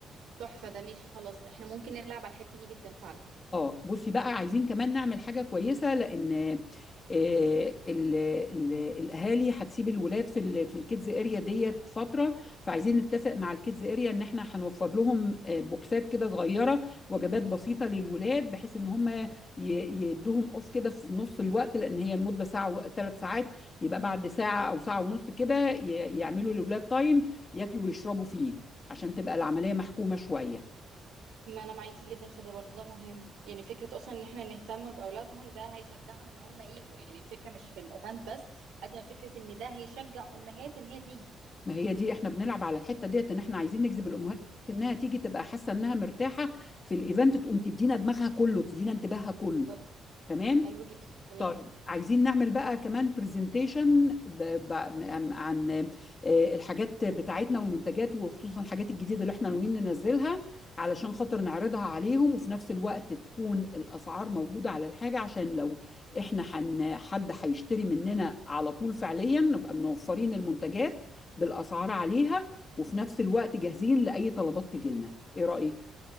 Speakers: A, on the right (about 85°); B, on the left (about 35°).
A: تحفة ده ماشي خلاص احنا ممكن نلعب على الحتة دي جدا فعلا
B: اه بصي بقى عايزين كمان نعمل حاجة كويسة لأن آه، ال- ال- الأهالي هتسيب الولاد في ال- في الكيدز اريا ديت فترة فعايزين نتفق مع الكيدز اريا إن احنا هنوفر لهم آه، بوكسات كده صغيرة وجبات بسيطة للولاد بحيث إن هم ي- يدوهم أوف كده في نص الوقت لأن هي المدة ساعة ثلاث ساعات يبقى بعد ساعة أو ساعة ونص كده ي- يعملوا للولاد تايم ياكلوا ويشربوا فيه عشان تبقى العملية محكومة شوية
A: ما انا معاكي جدا في ده برضه ده مهم يعني فكره اصلا ان احنا نهتم باولادهم ده هيشجعهم ان هم يجوا يعني الفكره مش في الايفنت بس قد ما فكره ان ده هيشجع امهات ان هي تيجي
B: ما هي دي احنا بنلعب على الحته ديت ان احنا عايزين نجذب الامهات
A: مم.
B: انها تيجي تبقى حاسه انها مرتاحه في الايفنت تقوم تدينا دماغها كله تدينا انتباهها كله
A: بالظبط
B: تمام
A: حلو جدا تمام
B: طيب عايزين نعمل بقى كمان برزنتيشن عن آه، الحاجات بتاعتنا والمنتجات وخصوصا الحاجات الجديدة اللي احنا ناويين ننزلها علشان خاطر نعرضها عليهم وفي نفس الوقت تكون الأسعار موجودة على الحاجة عشان لو احنا حن حد هيشتري مننا على طول فعليا نبقى منوفرين المنتجات بالأسعار عليها وفي نفس الوقت جاهزين لأي طلبات تجيلنا ايه رأيك؟